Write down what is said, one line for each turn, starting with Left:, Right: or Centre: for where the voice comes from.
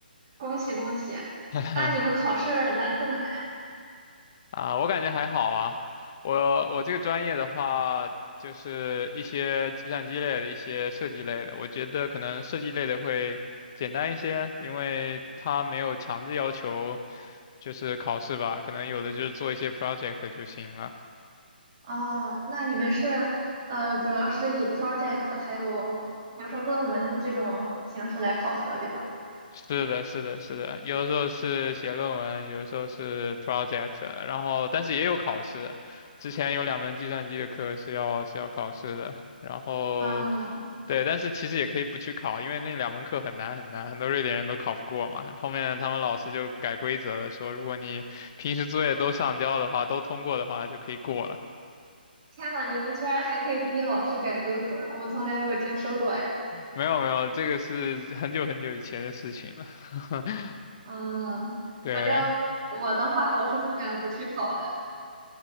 Right: 恭喜恭喜。
Left: <laughs>
Right: 那你们考试难不难呀？
Left: 啊，我感觉还好啊。我我这个专业的话，就是一些计算机类的一些设计类的，我觉得可能设计类的会简单一些，因为它没有强制要求就是考试吧，可能有的就是做一些 project 就行了。
Right: 哦，那你们是呃，主要是以 project 还有比如说论文这种形式来考核，对吧？
Left: 是的，是的，是的，有的时候是写论文，有的时候是 project，然后但是也有考试。之前有两门计算机的课是要是要考试的，然后。
Right: 嗯，
Left: 对，但是其实也可以不去考，因为那两门课很难很难，很多瑞典人都考不过嘛。后面他们老师就改规则了，说如果你平时作业都上交的话，都通过的话就可以过了。
Right: 天呐，你们居然还可以逼老师改规则，我从来没有听说过哎。
Left: 没有没有，这个是很久很久以前的事情了。<laughs>
Right: 嗯，
Left: 对
Right: 反正我的话，我是不敢不去考的。